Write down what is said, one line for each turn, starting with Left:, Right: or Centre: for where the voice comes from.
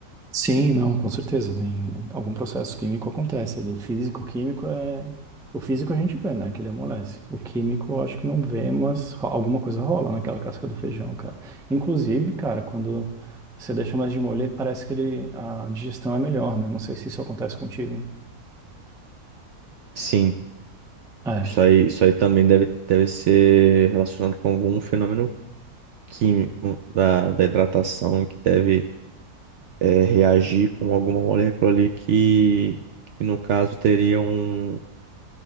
Centre: Sim, não, com certeza. Tem algum processo químico acontece ali. Físico, químico é. O físico a gente vê, né? Que ele amolece. O químico eu acho que não vê, mas ro- alguma coisa rola naquela casca do feijão, cara. Inclusive, cara, quando você deixa mais de molho, parece que ele... a digestão é melhor, né? Não sei se isso acontece contigo.
Right: Sim,
Centre: É.
Right: isso aí, isso aí também deve, deve ser relacionado com algum fenômeno químico da, da hidratação que deve é, reagir com alguma molécula ali que, que no caso, teria um.